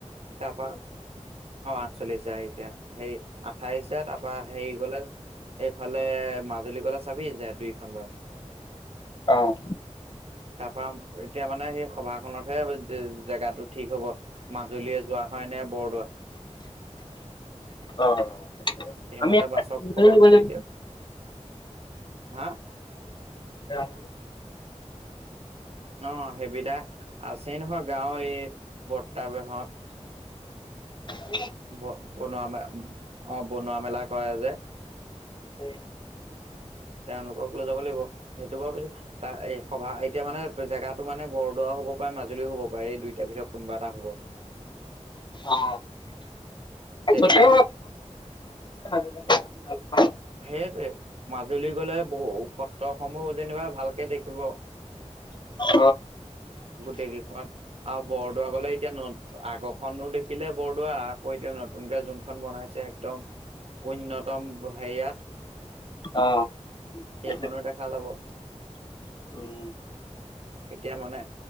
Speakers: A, on the right; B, on the left.
A: তাৰপা
B: উম,
A: অ আঠচল্লিশ যি সেই আঠাইশাত তাৰপা হেৰি গলে এইফালে মাজ- গধুলি গলে চাবি যায় দুইখন বাছ
B: অ',
A: তাৰ পৰা এতিয়া মানে সেই সভা খনতহে জেগাটো ঠিক হ'ব মাজুলীয়ে যোৱা হয় নে বৰদোৱা।
B: অ', সেইটো হয়।
A: সেইমতে
B: আমি
A: বাছক খবৰটো
B: নিব লাগিব।
A: দি দিয়ক হা
B: আহ
A: অ সেইবিলাক আছেই নহয় গাঁওৰ এই বৰ্তাবাহত
B: ক
A: ব বনোৱা ম অ বনোৱা মেলা কৰে যে
B: উ
A: তেওঁলোকক লৈ যাব লাগিব সেইটো বাৰ ত সভা এতিয়া মানে জেগাটো মানে বৰদোৱা হ'ব পাৰে মাজুলীও হ'ব পাৰে এই দুইটাৰ ভিতৰত কোনবা এটা হব
B: অ এ
A: যেনিবা
B: যতে <unintelligible>
A: সেইয়টে মাজুলী গলে বহু সত্ৰসমূহ যেনিবা ভালকে দেখিব।
B: হয়
A: গোটেই কেইখন আৰু বৰদোৱা গলে এতিয়া আগৰখনো দেখি থখিলে বৰদোৱাই আ আকৌ এতিয়া নতুনকে যোনখন বনাইছে একদম অন্যতম। ইয়াত
B: অ',
A: সেইখনো
B: সেইটোৱে
A: দেখা যাব।
B: উম,
A: এতিয়া মানে